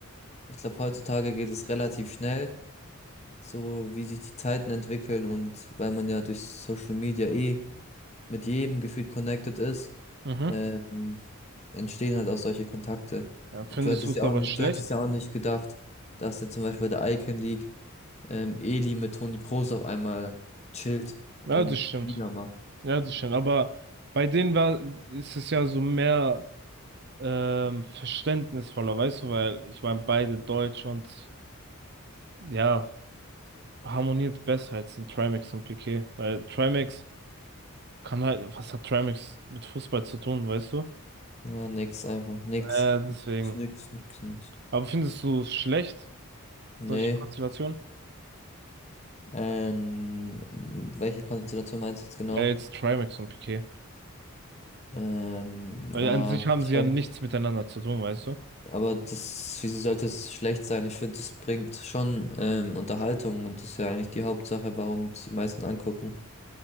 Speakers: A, on the left (about 30°); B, on the right (about 45°).
A: ich glaube, heutzutage geht es relativ schnell, so wie sich die Zeiten entwickeln und weil man ja durch Social Media eh mit jedem gefühlt connected ist,
B: Mhm.
A: ähm, entstehen halt auch solche Kontakte.
B: Ja,
A: Du
B: findest
A: hattest
B: du es
A: ja
B: aber
A: auch nicht,
B: schlecht?
A: du hattest ja auch nicht gedacht, dass jetzt zum Beispiel bei der Icon League ähm, Eli mit Toni Kroos auf einmal chillt und
B: Ja, das stimmt.
A: Liga macht.
B: Ja, das stimmt. Aber bei denen war, ist es ja so mehr ähm, verständnisvoller, weißt du, weil ich meine, beide Deutsch und ja, harmoniert besser als in Trimax und Piqué. Weil Trimax Kann halt, was hat Tramix mit Fußball zu tun, weißt du?
A: Ja, nix, einfach nix.
B: Äh, deswegen.
A: Ist Nix, nix, nix.
B: Aber findest du es schlecht,
A: Nee.
B: solche Konstellationen?
A: Ähm, welche Konstellation meinst du jetzt genau?
B: Ja, jetzt Trimax und Piqué
A: Ähm,
B: Weil
A: ja,
B: an sich haben
A: schon,
B: sie ja nichts miteinander zu tun, weißt du?
A: aber das, wieso sollte es schlecht sein? Ich finde, das bringt schon ähm, Unterhaltung und das ist ja eigentlich die Hauptsache, warum es die meisten angucken.